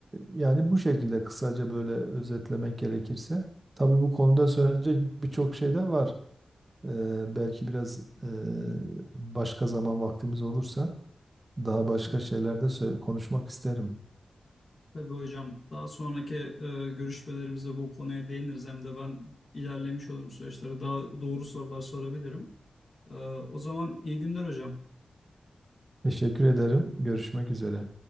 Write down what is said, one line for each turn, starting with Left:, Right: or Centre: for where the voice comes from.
Right: yani bu şekilde kısaca böyle özetlemek gerekirse. Tabii bu konuda söylenecek birçok şey de var. E, belki biraz e, başka zaman vaktimiz olursa daha başka
Left: Evet.
Right: şeylerde söyle, konuşmak isterim.
Left: Tabii hocam daha sonraki e, görüşmelerimizde bu konuya değiniriz. Hem de ben ilerlemiş olurum süreçlere. Daha doğru sorular sorabilirim. Ee, o zaman iyi günler hocam.
Right: Teşekkür ederim. Görüşmek üzere.